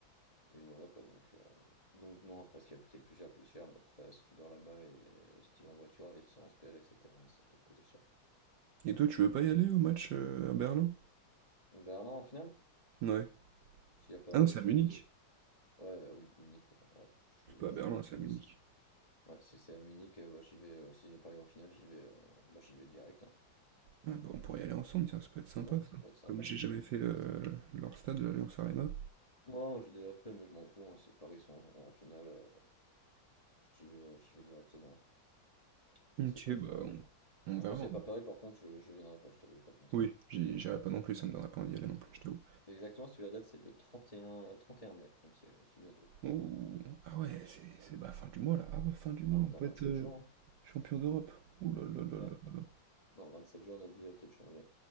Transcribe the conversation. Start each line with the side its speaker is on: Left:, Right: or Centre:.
Left: Et voilà quoi, donc, euh, donc non, c'est parce qu'il va tout coûter plus cher, plus cher. Bah, après, si tu dors là-bas et euh, si tu vas en voiture, l'essence, péage, etc., ça peut te coûter cher.
Right: Et toi, tu veux pas y aller au match euh, à Berlin?
Left: Donc Berlin en finale?
Right: Ouais.
Left: Si à Paris,
Right: Ah non, c'est
Left: aussi,
Right: à Munich.
Left: moi aussi. Ouais, euh, oui, Munich, ouais, ouais.
Right: C'est
Left: je,
Right: pas
Left: je
Right: à Berlin,
Left: sais même pas
Right: c'est
Left: si
Right: à Munich.
Left: oui, si, c'est- ouais, si c'est à Munich, euh, bah, j'y vais, euh, si c'est Paris en finale, j'y vais, euh, bah, j'y vais direct, hein.
Right: Ah bah, on pourrait y aller ensemble, tiens, ça peut être sympa
Left: Ouais,
Right: ça.
Left: ça peut être sympa.
Right: Comme j'ai jamais fait euh, leur stade, l'Alliance Arena.
Left: Moi, moi j'ai déjà fait, mais je m'en fous, hein, si Paris sont en, en finale, euh, j'y vais, euh, j'y vais directement. Je
Right: Ok,
Left: sais pas toi.
Right: bah on,
Left: euh.
Right: on
Left: Après,
Right: verra.
Left: s'il n'y a pas Paris, par contre, je, je viendrai pas, je t'avoue, je vais pas te mentir.
Right: Oui, j'y- j'irai pas non plus, ça me donnera pas envie d'y aller non plus,
Left: Ouais.
Right: je t'avoue.
Left: Exactement, si tu la date, c'est le 31, euh, 31 mai, donc c'est c'est bientôt.
Right: Oh, ah ouais, c'est c'est bah, fin du mois là. Ah ouais, fin du
Left: Vingt-
Right: mois, on
Left: dans
Right: peut
Left: 27
Right: être euh,
Left: jours, hein.
Right: champion d'Europe. Ouh là là là
Left: Ouais,
Right: là là.
Left: dans 27 jours, notre vie va peut-être changer.